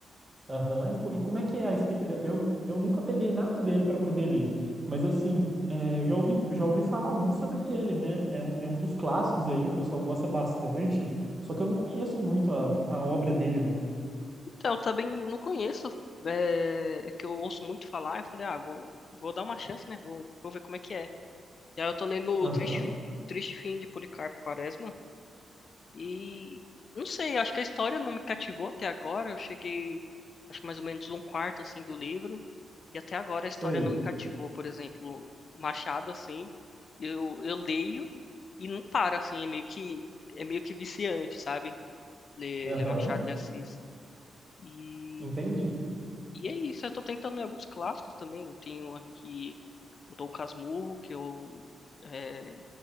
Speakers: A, on the right; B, on the left.
A: Aham, e, co- e como é que é a escrita? Eu, eu eu nunca peguei nada dele para poder ler, mas assim, é, eu já ouvi, já ouvi falar muito sobre ele, né? É um, é um dos clássicos aí, o pessoal gosta bastante, só que eu não conheço muito a, a obra dele, não.
B: Então, eu também não conheço. É, é que eu ouço muito falar. Eu falei, ah, vou, vou dar uma chance, né? Vou, vou ver como é que é. E aí eu tô lendo o
A: Aham,
B: Triste, Triste Fim de Policarpo Quaresma e não sei, acho que a história não me cativou até agora. Eu cheguei, acho que mais ou menos um quarto assim do livro e até agora a história
A: sei.
B: não me cativou. Por exemplo, Machado assim, eu eu leio e não para assim, é meio que é meio que viciante, sabe? Ler,
A: Aham,
B: ler Machado de Assis. E
A: entendi.
B: e é isso, eu tô tentando ler alguns clássicos também. Tenho aqui o Dom Casmurro, que eu é,